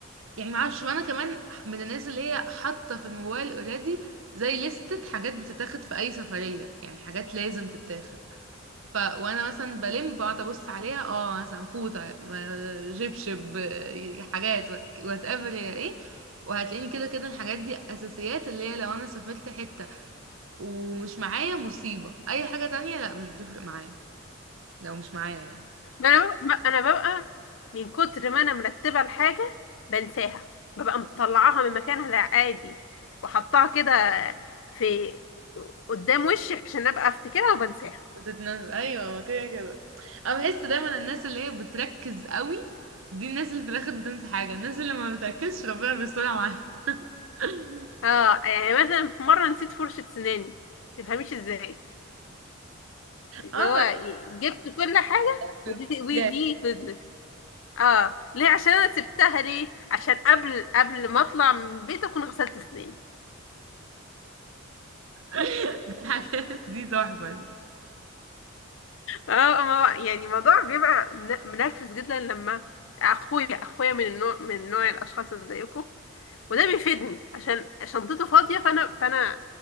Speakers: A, on the right (about 70°); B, on the left (about 60°).
A: يعني معرفش وانا كمان من الناس اللي هي حاطة في الموبايل اوريدي زي لستة حاجات بتتاخد في اي سفرية يعني حاجات لازم تتاخد ف وانا مثلا بلم بقعد ابص عليها اه مثلا فوطه م- جبشب آه، حاجات وات ايفر هي ايه وهتلاقيني كده كده الحاجات دي اساسيات اللي هي لو انا سافرت حته ومش معايا مصيبه اي حاجه تانية لا مش بتفرق معايا لو مش معايا يعني
B: ما انا ببقى ما انا ببقى من كتر ما انا مرتبه الحاجه بنساها ببقى مطلعاها من مكانها العادي وحطاها كده في قدام وشي عشان ابقى افتكرها وبنساها
A: بتتنزل ايوه ما كده كده انا بحس دايما الناس اللي هي بتركز قوي دي الناس اللي في الاخر بتنسى حاجه الناس اللي ما بتركزش ربنا بيسترها معاها <laughs>
B: اه يعني مثلا في مره نسيت فرشه سناني تفهميش ازاي اللي
A: اه
B: هو جبت كل حاجه
A: بتحصل
B: ودي ودي فضلت اه ليه عشان انا سبتها ليه عشان قبل قبل ما اطلع من البيت اكون غسلت سناني
A: <laughs> دي حاجات دي تحفة دي
B: اه ما- يعني الموضوع بيبقى من- منرفز جدا لما اخويا اخويا من النوع من نوع الاشخاص اللي زيكم وده بيفيدني عشان شنطته فاضيه فانا فانا